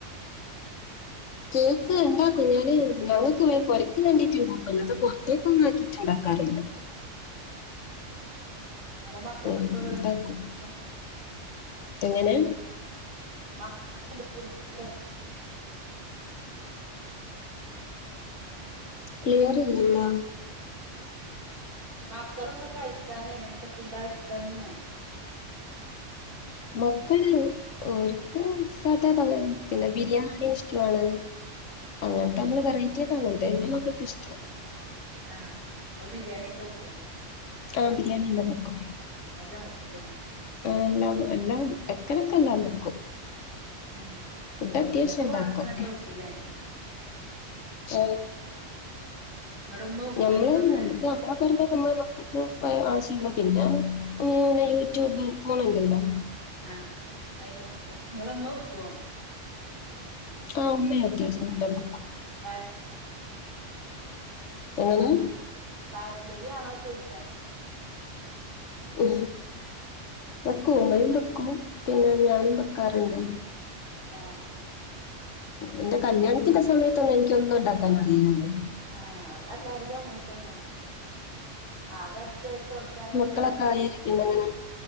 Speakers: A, on the left; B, on the right.
A: കേക്ക് ഇണ്ടാക്കും ഞാന് ഞങ്ങക്ക് പുരക്ക് കേണ്ടിട്ട്ുണ്ടാക്കും അത് പുറത്തേക്കൊന്ന ആക്കിയിട്ട്ുണ്ടാക്കും ക <unintelligible>
B: നിങ്ങടെ മക്കൾക്കൊക്കെ
A: ഉം, ഉണ്ടാക്കും
B: -
A: എങ്ങനെ
B: ഫുറ്റോ <unintelligible>
A: ക്ലിയർറില്ലിയോ
B: മക്കളൊക്കെ കഴിക്കാൻ എങ്ങനത്തെ ഫുഡാ ഇഷ്ടന്നാ
A: മക്കള് ഒക്ക് സാദാ പ പിന്നെ ബിരിയാണി ഇഷ്ടമാണ് അങ്ങനത്തെ നമ്മള് പറയറ്റട്ട അങ്ങനത്തെ തന്നെ നമ്മക്കൊക്കെ ഇഷ്ടമാണ്
B: ആഹ നിങ്ങൽ ബിരിയാണിയ ഒക്കെ വെക്കുവ
A: ആഹ ബിരിയാണി എല്ലാം നോക്കും
B: എല്ലാം ഒപ്പില്ലേ
A: ആ എല്ലാം എല്ലാം എക്കനൊക്കെ എല്ലാം വയ്ക്കും
B: ഉം
A: ഇവിടെ അത്യാവശ്യം
B: നിങ്ങക്ക്
A: ഉണ്ടാക്കും
B: പാകത്തിനൊക്കെ വെക്കൂല്ലേ
A: ഓ
B: നിങ്ങളുടെ ഉമ്മ വെക്കോ
A: നമ്മള്
B: ഫുഡൊക്കെ
A: നക്ക് നമ്മളെ മക്കൾക്ക് ആശ പിന്നെനെ യൂട്യൂബ് പോണണ്ടല്ലോ
B: ആ അല്ല നോക്കെ നിങ്ങളന്നാ വെക്കുവോ
A: ആഹ ഉമ്മ ആയിരിക്കും എല്ലാം വയ്ക്കും
B: ആഹ് പാര
A: എങ്ങനെ
B: പാരമ്പര്യ ആണോ ചോയിക്കൻ
A: ഓ വെക്കും ഓമ്മയും വെക്കും പിന്നെ ഞാനും വെക്കാറുണ്ട്
B: ആഹ
A: എന്റെ കല്യാണത്തിന്റെ സമയത്തൊന്നും എനിക്ക ഒന്നും ഉണ്ടാക്കാൻ അറിയില്ലായിോ
B: ആഹ അതല്ലായിരുന്നു അങ്ങനെ തന്നെ ആ കടിച്ചു തുറക്കാനല്ല
A: മക്കളൊക്കായി പിന്നങ്ങനെ